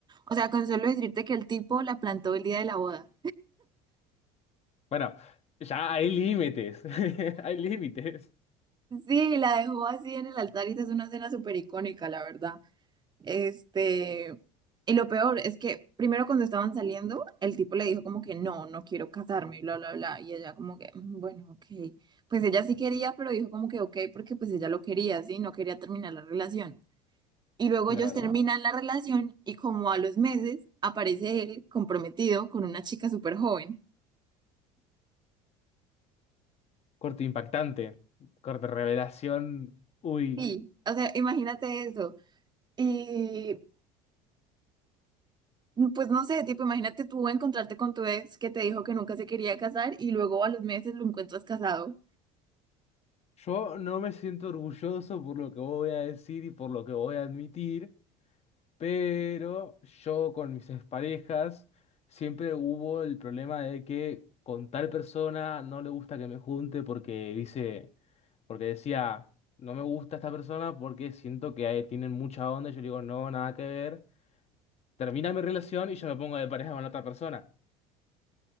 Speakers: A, on the right (about 25°); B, on the left (about 40°).
A: O sea, con solo decirte que el tipo la plantó el día de la boda.
B: Bueno, ya hay límites, <laughs> hay límites.
A: Sí, la dejó así en el altar y esa es una escena súper icónica, la verdad. Este, y lo peor es que primero cuando estaban saliendo, el tipo le dijo como que no, no quiero casarme, y bla, bla, bla. Y ella como que, "Mm, bueno, ok. Pues ella sí quería, pero dijo como que ok, porque pues ella lo quería, sí, no quería terminar la relación. Y luego
B: Claro.
A: ellos terminan la relación y como a los meses aparece él comprometido con una chica súper joven.
B: Corte impactante, corte revelación. Uy,
A: Sí, o sea, imagínate eso. Y Pues no sé, tipo, imagínate tú encontrarte con tu ex que te dijo que nunca se quería casar y luego a los meses lo encuentras casado,
B: yo no me siento orgulloso por lo que voy a decir y por lo que voy a admitir. Pero yo con mis exparejas siempre hubo el problema de que con tal persona no le gusta que me junte porque dice, porque decía, no me gusta esta persona porque siento que ahí tienen mucha onda. Y yo le digo, no, nada que ver. Termina mi relación y yo me pongo de pareja con otra persona.